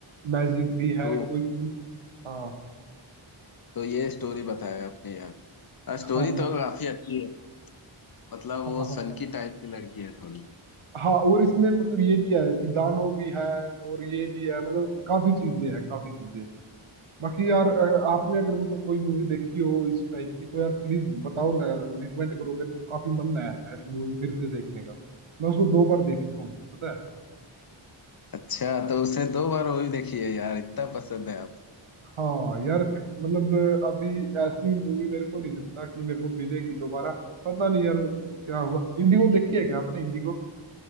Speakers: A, on the right; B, on the left.
A: मैजिक भी है
B: तो
A: कोई भूल हाँ
B: तो ये स्टोरी बताया अपने यार स्टोरी
A: हाँ
B: तो काफी अच्छी है मतलब
A: हाँ
B: वो
A: हाँ
B: सनकी
A: हाँ
B: टाइप की लड़की है थोड़ी
A: हाँ और इसमें मतलब ये भी है कि दानव भी है और ये भी है मतलब काफी चीजें हैं काफी चीजें बाकी यार अ, आपने अगर मतलब कोई मूवी देखी हो इस टाइप की तो यार प्लीज बताओ ना यार रिकमेंड करो मेरे को काफी मन है ऐसी मूवी फिर से देखने का मैं उसको दो बार देख चुका हूँ पता है
B: अच्छा तो उसने दो बार मूवी देखी है यार इतना पसंद है आपको
A: हाँ यार मतलब अ, अभी ऐसी मूवी मेरे को नहीं लगता कि मेरे को मिलेगी दोबारा पता नहीं यार क्या होगा इंडिगो देखी है क्या आपने इंडिगो